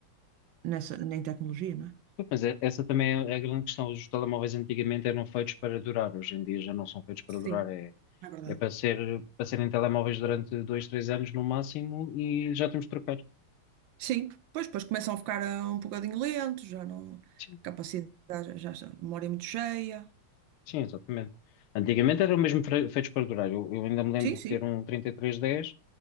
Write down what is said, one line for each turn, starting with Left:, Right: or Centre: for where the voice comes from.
Right: nessa, em tecnologia, não é?
Left: Mas é- essa também é a grande questão. Os telemóveis antigamente eram feitos para durar, hoje em dia já não são feitos para
Right: Sim,
Left: durar. É,
Right: é verdade.
Left: é para ser, para serem telemóveis durante dois, três anos no máximo e já temos de trocar.
Right: Sim, pois, depois começam a ficar eh, um bocadinho lentos, já não.
Left: Sim,
Right: Capacidade, já, já- a memória é muito cheia.
Left: sim, exatamente. Antigamente eram mesmo fre- feitos para durar. Eu, eu ainda me lembro
Right: Sim,
Left: de
Right: sim,
Left: ter um trinta e três dez